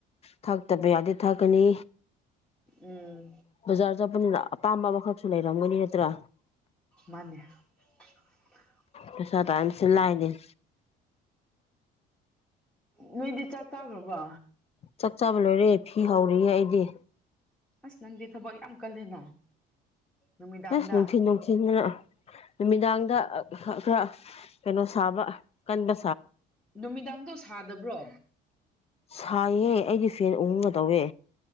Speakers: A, on the left; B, in the centre.
A: ꯊꯛꯇꯕ ꯌꯥꯗ‌ꯦ ꯊꯛꯀꯅꯤ
B: ꯎꯝ
A: ꯕꯖꯥꯔ ꯆꯠꯄꯅꯤꯅ ꯑꯄꯥꯝꯕ ꯑꯃ ꯈꯛ ꯂꯩꯔꯝꯒꯅꯤ ꯅꯠꯍꯇ꯭ꯔꯥ
B: ꯃꯥꯅꯦ <unintelligible>
A: ꯄꯩꯁꯥ ꯇꯥꯟꯕꯁꯤ ꯂꯥꯏꯗ‌ꯦ
B: ꯅꯣꯏꯗꯤ ꯆꯥꯛ ꯆꯥꯈ꯭ꯔꯕ
A: ꯆꯥꯛ ꯆꯥꯕ ꯂꯣꯏꯔꯦ ꯐꯤ ꯐꯎꯔꯤꯌ‌ꯦ ꯑꯩꯗꯤ
B: ꯑꯁ ꯅꯪꯗꯤ ꯊꯕꯛ ꯌꯥꯝ ꯀꯜꯂꯦꯅ ꯅꯨꯃꯤꯗꯥꯡꯗ
A: ꯑꯁ ꯅꯨꯡꯊꯤꯟ ꯅꯨꯡꯊꯤꯟꯗꯅ ꯅꯨꯃꯤꯗꯥꯡꯗ ꯑ ꯈꯔ ꯀꯩꯅꯣ ꯁꯥꯕ ꯀꯟꯗ
B: ꯅꯨꯃꯤꯗꯥꯡꯗꯣ ꯁꯥꯗꯕ꯭ꯔꯣ
A: ꯁꯥꯏꯌꯦ ꯑꯩꯗꯤ ꯐꯦꯟ ꯎꯪꯉꯥ ꯇꯧꯋꯦ